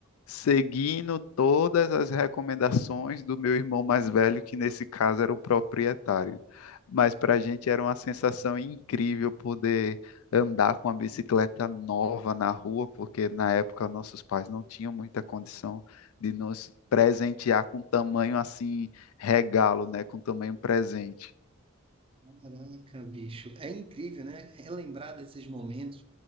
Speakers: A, on the left; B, on the right.
A: seguindo todas as recomendações do meu irmão mais velho, que nesse caso era o proprietário mas para a gente era uma sensação incrível poder andar com uma bicicleta nova na rua, porque na época nossos pais não tinham muita condição de nos presentear com tamanho assim, regalo, né, com tamanho presente.
B: Caraca, bicho, é incrível, né? Relembrar desses momentos.